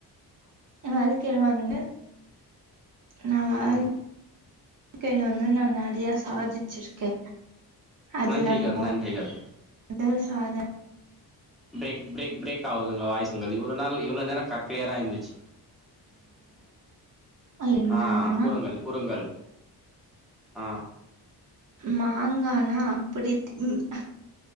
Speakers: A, on the right (about 50°); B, in the centre.
A: எ வாழ்க்கைல வந்து நான் வாழ்
B: ம்
A: வாழ்க்கில வந்து நா நறையா சாதிச்சிருக்கே அது
B: நன்றிகள்
A: நம்மோ
B: நன்றிகள்
A: வந்து சாத
B: பிரரே பிரேக் பிரேக் ஆகுதுங்கா வாய்ஸ் உங்கள் இவ்ளோ நாள் இவ்ளோ நேரோ கரெட் கிளியரா இருந்துச்சு
A: என்னன்னா
B: ஆ கூறுங்கள் கூறுங்கள் ஆ
A: மாங்கானா அப்படி திம்பே